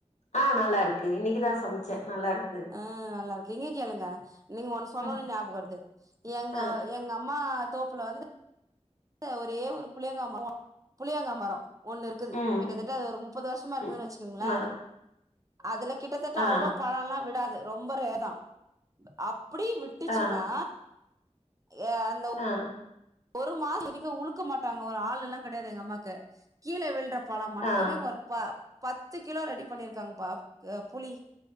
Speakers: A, on the left; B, on the right.
A: ஆ நல்லாருக்கு இன்னைக்குதா சமைச்சே
B: ஆ
A: நல்லா இருக்கு
B: ஆ நல்லா இருக்கு இங்க கேளுங்க நீங்க ஒண்ணு சொன்னோனே
A: ம்
B: ஞாபக வருது எங்க
A: ஆ
B: எங்க அம்மா தோப்புல வந்து ஒரே ஒரு புளியங்கா மரம் புளியங்கா மரம் ஒண்ணு இருக்குது
A: ம்
B: கிட்டத்தட்ட அது ஒரு முப்பது வருஷமா இருக்குதுன்னு
A: ம்
B: வச்சுக்கோங்களே
A: ஆ
B: அதுல கிட்டத்தட்ட
A: ஆ
B: அவ்ளவு பழம் எல்லா விடாது ரொம்ப ரேர் தா அப்டி விட் ட்டுச்சுன்னா
A: ஆ
B: ஏ அந்த
A: ஆ
B: ஒரு மாசத்துக்கு உழுக்க மாட்டாங்க ஒரு ஆளு இல்லா கிடையாது எங்க அம்மாக்கு கீழே விழுற பழம் மட்டுமே
A: ஆ
B: ஒரு ப பத்து கிலோ ரெடி பண்ணிருக்காங்க பா ஆ புளி